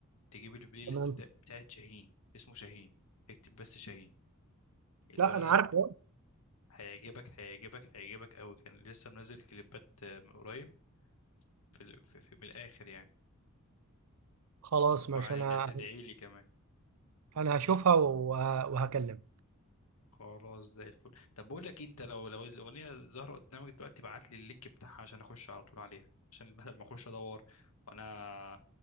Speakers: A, on the left (about 80°); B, on the right (about 80°).
A: تجيب البلاي ليست
B: تمام
A: بتا- بتاعت شاهين اسمه شاهين اكتب بس شاهين الولد
B: لا انا
A: ده
B: عارف
A: هيعجبك هيعجبك هيعجبك قوي كان لسه منزل كليبات آه، من قريب في, ال- في, في من الاخر يعني
B: خلاص ماشي
A: وهتدعي
B: انا
A: لي كمان
B: انا هشوفها وه- وهكلمك
A: خلاص زي الفل طب بقول لك إيه، انت لو لو الاغنيه ظاهره قدامك دلوقتي ابعت لي اللينك بتاعها عشان اخش على طول عليها عشان بدل ما اخش ادور وانا